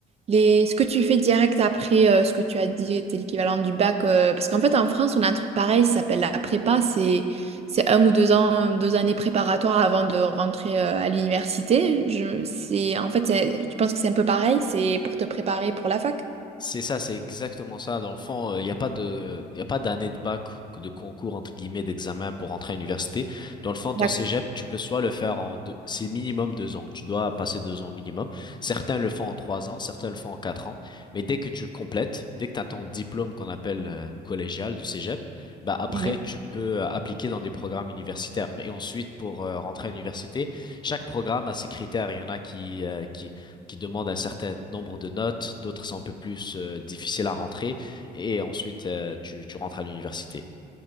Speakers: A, on the right (about 40°); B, on the left (about 25°).
A: les ce que tu fais direct après euh, ce que tu as dit était l'équivalent du bac euh, parce qu'en fait en France, on a un truc pareil, ça s'appelle la prépa, c'est c'est un ou deux ans, deux années préparatoires avant de rentrer euh, à l'université. Je c'est en fait, c'est- tu penses que c'est un peu pareil, c'est pour te préparer pour la fac?
B: C'est ça, c'est exactement ça. Dans le fond, il n'y a pas de, il a pas d'année de bac, de concours, entre guillemets, d'examen pour entrer à l'université. Dans le fond, ton
A: D'accord.
B: cégep, tu peux soit le faire en deux, c'est minimum deux ans. Tu dois passer deux ans minimum. Certains le font en trois ans, certains le font en quatre ans. Mais dès que tu le complètes, dès que tu as ton diplôme qu'on appelle euh, collégial du cégep, bah après,
A: Mhm.
B: tu peux euh, appliquer dans des programmes universitaires. Et ensuite, pour euh, rentrer à l'université, chaque programme a ses critères. Il y en a qui, euh, qui qui demandent un certain nombre de notes, d'autres sont un peu plus euh, difficiles à rentrer, et ensuite euh, tu, tu rentres à l'université.